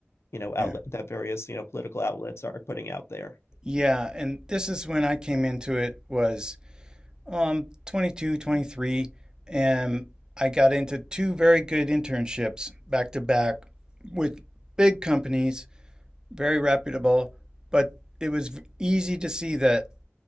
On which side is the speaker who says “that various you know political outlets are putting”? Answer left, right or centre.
Left